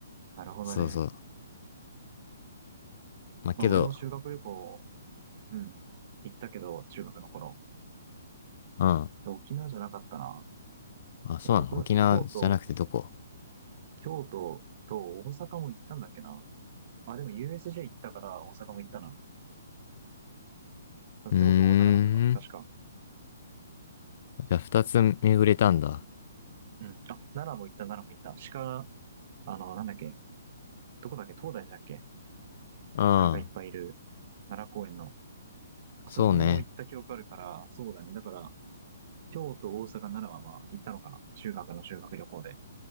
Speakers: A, on the right; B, on the left.
A: なるほどね。
B: そうそう。まあ、けど、
A: まあ俺も修学旅行、うん、行ったけど、中学の頃。
B: うん。
A: で沖縄じゃなかったな。
B: あ、そうなの沖縄じゃなくてどこ
A: え、どこだっけ京都、京都と大阪も行ったんだっけな。あ、でも USJ 行ったから大阪も行ったな。
B: うー
A: 京都、大阪だったか。確か。
B: ん。じゃあ二つ巡れたんだ。
A: うん。あ、奈良も行った、奈良も行った。鹿、あの、なんだっけ。どこだっけ東大寺だっけ
B: うん。
A: 鹿がいっぱいいる奈良公園の。あそこも行った記憶あるから、
B: そうね。
A: そうだね。だから、京都、大阪、奈良はまあ行ったのかな。修学の修学旅行で。